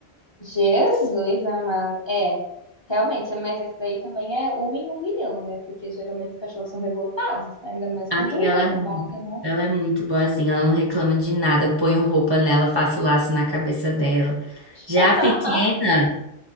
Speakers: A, on the left; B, on the right.
A: Jesus, amado. É, realmente, mas essa daí também é uma em um milhão, né? Porque geralmente os cachorros são revoltados, né? Ainda mais quando
B: Amiga, ela é muito,
A: batem, né?
B: ela é muito boazinha, ela não reclama de nada. Eu ponho roupa nela, faço laço na cabeça dela. Já
A: <laughs>
B: a pequena.